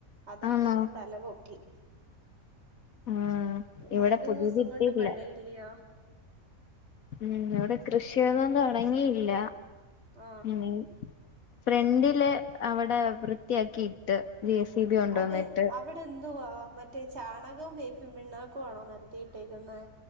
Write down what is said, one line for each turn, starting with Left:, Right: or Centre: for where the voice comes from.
Right: അതൊക്കെ
Left: ആന്നോ
Right: ഒന്ന് തലപൊക്കി
Left: ആഹ്
Right: രണ്ട്
Left: ഇവിടെ
Right: മൂന്ന്
Left: പുതിയത്
Right: ദിവസം
Left: ഇട്ടില്ല
Right: കൊണ്ട് മഴയില്ല്യ
Left: ഉം ഇവിടെ കൃഷിയന്നൊന്നും തുടങ്ങിയില്ല
Right: ആ
Left: ഇനി ഫ്രണ്ടില് അവിടെ വൃത്തിയാക്കിയിട്ട് ജെ സി ബി കൊണ്ടോന്നിട്ട്
Right: അതെ അവിടെ എന്തുവാ മറ്റേ ചാണകവും വേപ്പിൻ പിണ്ണാക്കും ആണോ നെരത്തിയിട്ടേക്കുന്നേ